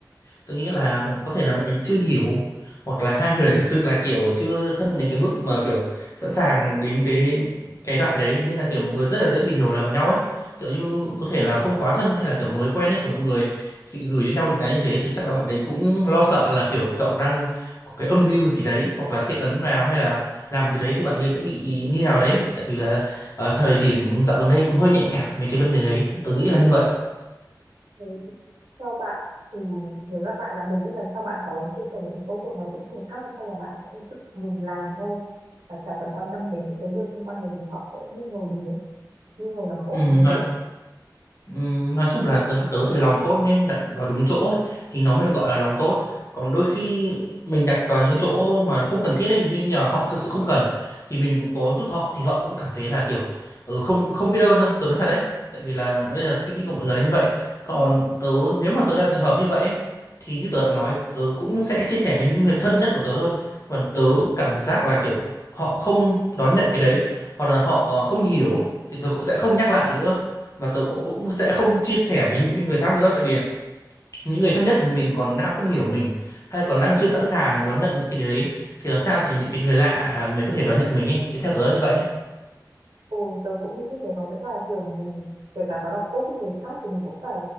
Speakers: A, on the left; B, on the right.
A: Tôi nghĩ là có thể là bạn ấy chưa hiểu hoặc là hai người thực sự là kiểu chưa thân đến cái mức mà kiểu sẵn sàng đến cái cái đoạn đấy nên là kiểu mọi người rất là dễ bị hiểu lầm nhau ấy kiểu như có thể là không quá thân hay là kiểu mới quen ấy thì mọi người khi gửi cho nhau những cái như thế thì chắc là bạn ấy cũng lo sợ là kiểu cậu đang có cái âm mưu gì đấy hoặc là cái ấn vào hay là làm gì đấy thì bạn ấy sẽ bị như nào đấy tại vì là ờ, thời điểm dạo gần đây cũng hơi nhạy cảm mấy cái vấn đề đấy tớ nghĩ là như vậy
B: Ừ, cho bạn thì nếu các bạn là mình nghĩ lần sau bạn có chia sẻ những cái công việc này với những người khác hay không là bạn sẽ tự mình làm thôi và chả cần quan tâm đến những cái người xung quanh bởi vì họ sẽ nghi ngờ mình ấy nghi ngờ lòng tốt
A: ừ,
B: của mình
A: nói
B: ấy
A: Ừm, nói chung là tớ tớ thì lòng tốt nên đặt vào đúng chỗ ấy, thì nó mới được gọi là lòng tốt còn đôi khi mình đặt vào những cái chỗ mà không cần thiết ấy ví dụ như là họ thực sự không cần thì mình có giúp họ thì họ cũng cảm thấy là kiểu ừ, không không biết ơn đâu tớ nói thật đấy tại vì là bây giờ suy nghĩ của mọi người là như vậy còn tớ nếu mà tớ là trường hợp như vậy ấy, thì như tớ đã nói tớ cũng sẽ chia sẻ với những người thân nhất của tớ thôi còn tớ cảm giác là kiểu họ không đón nhận cái đấy hoặc là họ ờ, không hiểu thì tớ cũng sẽ không nhắc lại nữa và tớ cũng cũng sẽ không chia sẻ với những cái người khác nữa tại vì những người thân nhất mình còn đang không hiểu mình hay còn đang chưa sẵn sàng đón nhận những cái điều đấy thì làm sao thì những cái người lạ mới có thể đón nhận mình ấy thì theo tớ là như vậy
B: Ừ, tớ cũng nghĩ như thế có nghĩa là kiểu mình kể cả có lòng tốt giúp người khác thì mình cũng phải